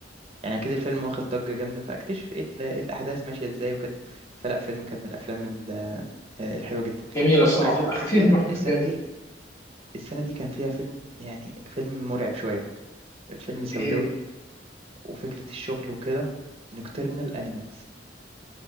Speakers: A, on the right; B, on the left.
A: يعني اكيد الفيلم واخد ضجة جامدة فاكتشف ايه ال- إيه الاحداث ماشية ازاي وكده فلا فيلم كان من الافلام ال- آه، الحلوة جدا
B: جميله الصراحه
A: عايز اقول
B: خفيف
A: لك السنة
B: خفيف
A: السنة
B: وجميل
A: دي السنة دي كان فيها فيلم يعني فيلم مرعب شوية فيلم سوداوي
B: ايه
A: وفكرة الشغل وكده نوكترنال انيمالز